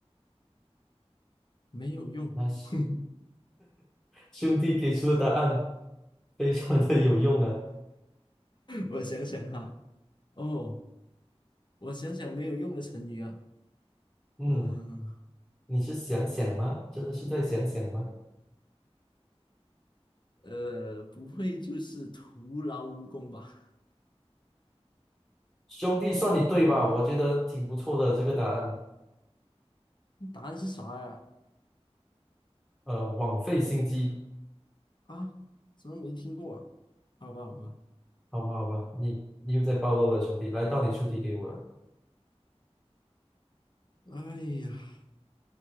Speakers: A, on the left; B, in the centre.
A: 没有用，
B: <laughs> n i
A: <laughs>
B: c
A: 哼，
B: e 兄弟给出的答案非常的有用啊。
A: 我想想哈，哦，我想想没有用的成语啊，
B: 嗯，
A: 嗯，
B: 你是想想吗？真的是在想想吗？
A: 呃，不会就是徒劳无功吧？
B: 兄弟，算你对吧？我觉得挺不错的这个答案。
A: 答案是啥呀？
B: 呃，枉费心机，
A: 啊，怎么没听过啊？好吧，好吧。
B: 好吧，好吧，你你又在暴露了，兄弟。来，到你出题给我了。
A: 哎呀，